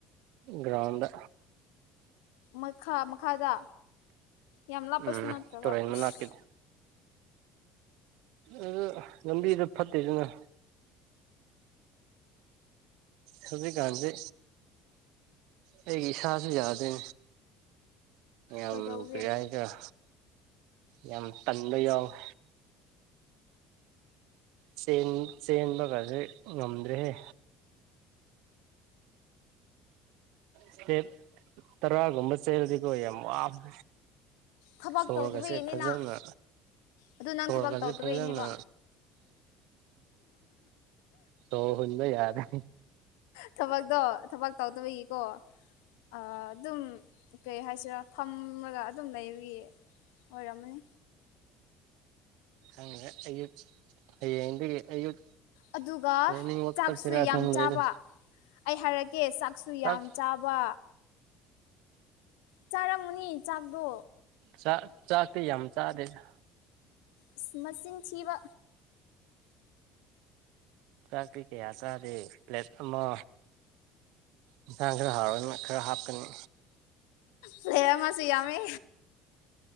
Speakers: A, on the right; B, on the left.
A: ꯒ꯭ꯔꯥꯎꯟꯗ
B: ꯃꯈꯥ ꯃꯈꯥꯗ ꯌꯥꯝ ꯂꯥꯞꯄꯁꯨ
A: ꯎꯝ
B: ꯅꯠꯇ꯭ꯔꯒ
A: ꯇꯨꯔꯦꯟ ꯃꯅꯥꯛꯀꯤꯗ
B: ꯏꯁ
A: ꯑꯗꯣ ꯂꯝꯕꯤꯗꯣ ꯐꯠꯇꯦꯗꯅ ꯍꯨꯖꯤꯛꯀꯥꯟꯗꯤ ꯑꯩꯒꯤ ꯏꯁꯥꯥꯥꯁꯨ ꯌꯥꯗ꯭ꯔꯦꯅꯦ ꯌꯥꯝ
B: ꯀꯩꯗꯧꯒꯦ
A: ꯀꯔꯤ ꯍꯥꯏꯁꯦꯔꯥ ꯌꯥꯝ ꯇꯟꯕ ꯌꯥꯎꯋꯦ ꯆꯦꯟ ꯆꯦꯟꯕꯒꯖꯤ ꯉꯝꯗ꯭ꯔꯦꯍꯦ ꯁ꯭ꯇꯦꯞ ꯇꯔꯥꯒꯨꯕ ꯆꯦꯜꯂꯗꯤꯀꯣ ꯌꯥꯝ ꯋꯥꯕ
B: ꯊꯕꯛ
A: ꯁꯣꯔꯒꯁꯦ
B: ꯇꯧꯗꯕꯒꯤꯅꯤ
A: ꯐꯖꯅ
B: ꯅꯪ ꯑꯗꯨ ꯅꯪ
A: ꯁꯣꯔꯒꯁꯦ
B: ꯊꯕꯛ ꯇꯧꯗꯕꯒꯤꯅꯦꯕ
A: ꯐꯖꯅ ꯁꯣꯔ ꯍꯣꯟꯕ ꯌꯥꯔꯦ
B: ꯊꯕꯛꯇꯣ ꯊꯕꯛ ꯇꯧꯗꯕꯒꯤꯀꯣ ꯑꯗꯨꯝ ꯀꯩ ꯍꯥꯏꯁꯤꯔꯥ ꯐꯝꯃꯒ ꯑꯗꯨꯝ ꯂꯩꯕꯒꯤ ꯑꯣꯏꯔꯝꯃꯅꯤ
A: ꯈꯪꯉꯦ ꯑꯌꯨꯛ ꯍꯌꯦꯡꯗꯒꯤ ꯑꯌꯨꯛ
B: ꯑꯗꯨꯒ
A: ꯃꯣꯔꯅꯤꯡ ꯋꯥꯛ
B: ꯆꯥꯛꯁꯨ
A: ꯆꯠꯁꯤꯔꯥ
B: ꯌꯥꯝ
A: ꯈꯪꯗ꯭ꯔꯦꯗ
B: ꯆꯥꯕ ꯑꯩ ꯍꯥꯏꯔꯛꯀꯦ ꯆꯥꯛꯁꯨ
A: ꯆꯥꯛ
B: ꯌꯥꯝ ꯆꯥꯕ ꯆꯥꯔꯝꯒꯅꯤ ꯆꯥꯛꯇꯣ
A: ꯆꯥꯛ ꯆꯥꯛꯇꯤ ꯌꯥꯝ ꯆꯥꯗꯦꯗ
B: ꯏꯁ ꯃꯆꯤꯟꯊꯤꯕ
A: ꯆꯥꯛ꯭ꯀꯔꯤ ꯀꯌꯥ ꯆꯥꯗꯦ ꯄ꯭ꯂꯦꯠ ꯑꯃ ꯏꯟꯁꯥꯡ ꯈꯔꯥ ꯍꯥꯎꯔꯒ ꯈꯔ ꯍꯥꯞꯀꯅꯤ
B: ꯄꯂꯦ ꯑꯃꯁꯨ ꯌꯥꯃꯤ